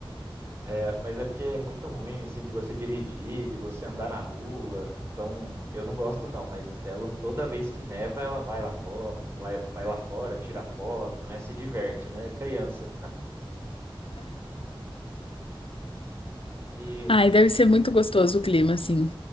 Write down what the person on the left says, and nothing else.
Ai, deve ser muito gostoso o clima, assim.